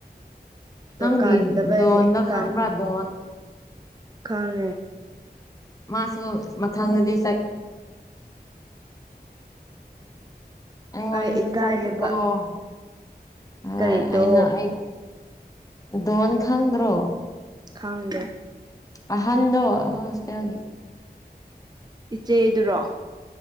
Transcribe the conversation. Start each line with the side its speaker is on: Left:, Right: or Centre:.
Left: ꯅꯪꯒꯤ
Right: ꯀꯥꯟꯗꯕꯒꯤ
Left: ꯗꯣꯟꯗꯣ ꯈꯪꯕꯔꯥ
Right: ꯀꯥꯟ
Left: ꯗꯣꯟ
Right: ꯈꯪꯉꯦ
Left: ꯃꯥꯁꯨ ꯃꯊꯪꯗꯗꯤ ꯑꯩꯉꯣꯟꯗꯁꯨ
Right: ꯑꯩ ꯏꯀꯥꯏꯌꯦꯕ
Left: ꯆꯠꯁꯤꯀꯣ ꯍꯥꯏꯔꯛ
Right: ꯀꯔꯤꯗꯣ
Left: ꯑꯦ ꯑꯩꯅꯥ ꯑꯩ ꯗꯣꯟ ꯈꯗ꯭ꯔꯣ
Right: ꯈꯪꯗꯦ
Left: ꯑꯍꯥꯟꯕꯗꯣ ꯑꯩꯈꯣꯏ ꯍꯣꯁꯇꯦꯜꯒꯤ
Right: ꯏꯆꯦꯗꯨꯔꯣ